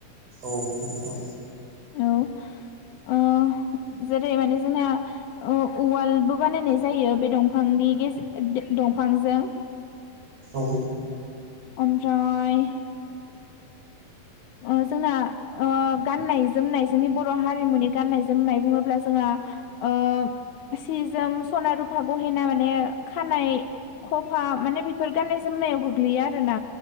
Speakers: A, on the right (about 75°); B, on the left (about 75°).
A: औ नोंथां
B: औ ओ- जेरै माने जोंना ओ-उवालबो बानायनाय जायो बे दंफांनि गेजे र दंफांजों।
A: औ
B: ओमफ्राय ओ- जोंना ओ-गाननाय-जोमनाय जोंनि बर' हारिमुनि गाननाय जोमनाय बुङोब्ला जोंहा ओ- सि-जोम, सना-रुफा, गहेना माने खानाय खफा माने बेफोर गाननाय जोमनायाव गोग्लैयो आरोना।